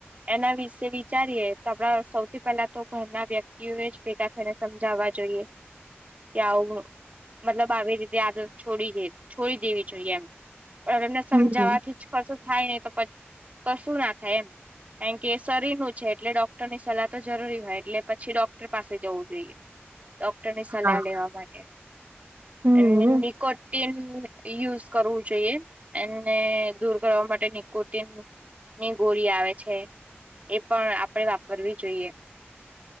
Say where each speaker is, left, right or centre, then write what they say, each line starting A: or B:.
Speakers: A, on the right; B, on the right.
A: એના વિશે વિચારીએ તો આપડા સૌથી પેલા તો ઘરના વ્યક્તિઓ એ જ ભેગા થઈને સમજાવવા. જોઈએ કે આવું. મતલબ આવી રીતે આદત છોડી દે છોડી દેવી જોઈએ, એમ. પણ હવે એમને સમજાવાથી
B: હમ
A: જ કશું થાય નહીિ તો કશું ના થાય એમ કારણ કે એ શરીરનું છે એટલે ડોક્ટર ની સલાહ તો જરૂરી હોય એટલે પછી, ડોક્ટર પાસે જવું જોઈએ. ડોક્ટરની સલાહ
B: હા
A: લેવા માટે
B: હમ
A: અને નિકોન યુઝ કરવું જોઈએ એને દૂર કરવા માટે નિકોતિન ની ગોળી આવે છે. એ પણ આપણે વાપરવી જોઈએ.